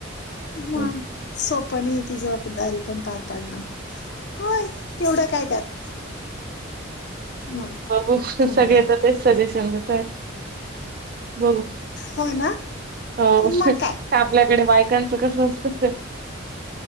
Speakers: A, on the left; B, on the right.
A: मग
B: हम्म.
A: सोप नाही तिचं. दारी पण पार पाड होय तेवढ्या काय त्यात मग
B: बघू
A: चांगलंय
B: सगळे येत तेच सजेस्ट चालं तर बघू.
A: हो ना
B: हो
A: मग काय
B: आपल्याकडे वाय. कांचं कसं असत.